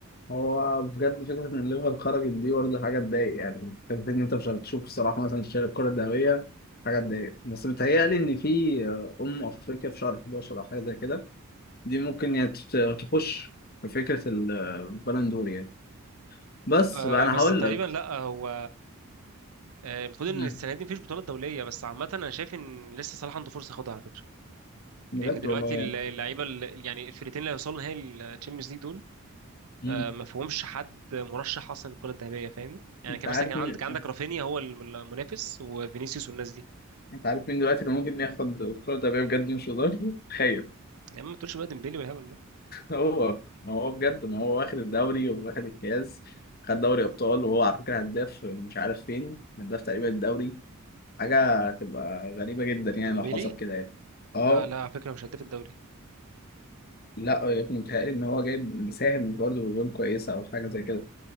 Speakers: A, on the left (about 45°); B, on the right (about 80°).
A: هو بجد فكرة إن الليفر خرجت دي برضه حاجة تضايق يعني فكرة إن أنت مش هتشوف الصراحة مثلا شايل الكرة الذهبية حاجة تضايق بس بيتهيألي إن في آه، أم أفريقيا في شهر 11 أو حاجة زي كده دي ممكن يعني تت- تخش في فكرة ال- البالندور يعني بس
B: آه
A: بقى أنا
B: بس
A: هقول
B: تقريبا
A: لك
B: لا هو آه، المفروض
A: مم.
B: ان السنه دي مفيش بطولات دوليه بس عامه انا شايف ان لسه صلاح عنده فرصه ياخدها على فكره
A: بجد
B: لان دلوقتي
A: والله يعني
B: الل- اللعيبه الل- يعني الفرقتين اللي هيوصلوا نهائي الشامبيونز ليج دول
A: مم.
B: آه، ما فيهمش حد مرشح اصلا الكره الذهبيه فاهمني يعني
A: أنت
B: كان
A: عارف
B: مثلا كان عندك
A: مين
B: عندك رافينيا هو الم- المنافس وفينيسيوس والناس دي
A: أنت عارف مين دلوقتي اللي ممكن ياخد الكرة الذهبية بجد مش هزار؟ تخيل
B: يا عم ما تقولش بقى ديمبلي والهبل ده
A: هو ما هو بجد ما هو واخد الدوري وواخد الكاس خد دوري ابطال وهو على فكره هداف مش عارف فين هداف تقريبا الدوري حاجه تبقى غريبه جدا يعني
B: ديمبلي
A: لو حصل كده يعني اه
B: لا لا على فكره مش هداف الدوري
A: لا يا ابني متهيألي ان هو جايب مساهم برضه بجون كويسه او حاجه زي كده